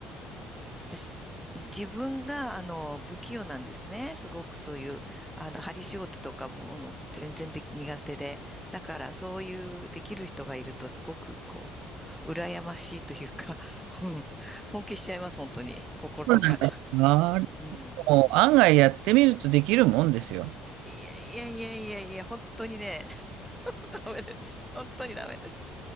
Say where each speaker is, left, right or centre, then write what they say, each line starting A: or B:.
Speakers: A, in the centre; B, on the right.
A: 私、自分が、あの、不器用なんですね。すごくそういう、あの、針仕事とかも、あの全然でき苦手で。だから、そういう、できる人がいると、すごく、こう、<laughs> 羨ましいというか、<laughs> うん尊敬しちゃいます、本当に。心から。
B: そうなんだ
A: うん。
B: もう案外やってみるとできるもんですよ。
A: いやいやいやいやいや、本当にね、<laughs> ダメです。本当にダメです。